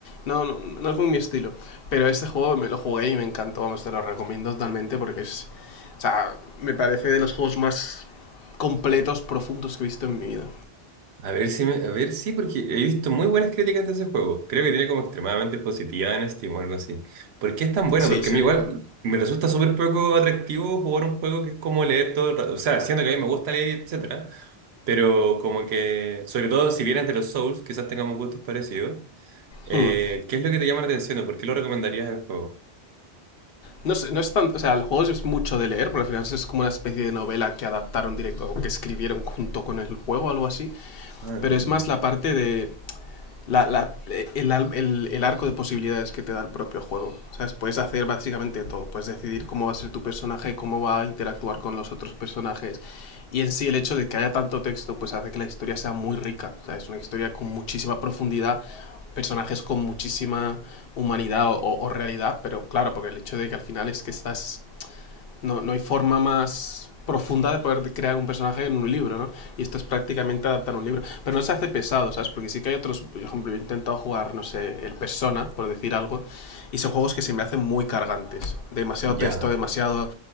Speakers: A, on the left; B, on the right.
A: No, no, no es muy mi estilo. Pero este juego me lo jugué y me encantó, vamos, te lo recomiendo totalmente porque es... O sea, me parece de los juegos más completos, profundos que he visto en mi vida.
B: A ver si me- A ver, sí, porque he visto muy buenas críticas de ese juego. Creo que tiene como extremadamente positiva en Steam o algo así. ¿Por qué es tan bueno?
A: Sí,
B: Porque
A: sí.
B: a mí igual me resulta súper poco atractivo jugar un juego que es como leer todo el rato. O sea, siendo que a mí me gusta leer, etcétera. Pero como que, sobre todo si vienes de los Souls, quizás tengamos gustos parecidos. Eh,
A: Hmm.
B: ¿qué es lo que te llama la atención o por qué lo recomendarías al juego?
A: No es, no es tanto, o sea, el juego es mucho de leer, porque al final es como una especie de novela que adaptaron directo o que escribieron junto con el juego, algo así.
B: Ah, entiendo.
A: Pero es más la parte de la, la- el, el- el arco de posibilidades que te da el propio juego. ¿Sabes? Puedes hacer básicamente todo. Puedes decidir cómo va a ser tu personaje, cómo va a interactuar con los otros personajes. Y en sí el hecho de que haya tanto texto pues hace que la historia sea muy rica. O sea, es una historia con muchísima profundidad, personajes con muchísima humanidad o, o- o realidad, pero claro, porque el hecho de que al final es que estás no, no hay forma más profunda de poder crear un personaje en un libro, ¿no? Y esto es prácticamente adaptar un libro. Pero no se hace pesado, ¿sabes? Porque sí que hay otros, por ejemplo, yo he intentado jugar, no sé, el Persona, por decir algo, y son juegos que se me hacen muy cargantes. Demasiado
B: Ya.
A: texto, demasiado...